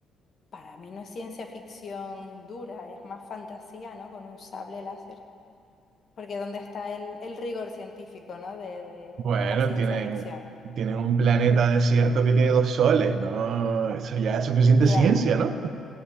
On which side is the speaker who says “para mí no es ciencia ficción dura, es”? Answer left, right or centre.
Left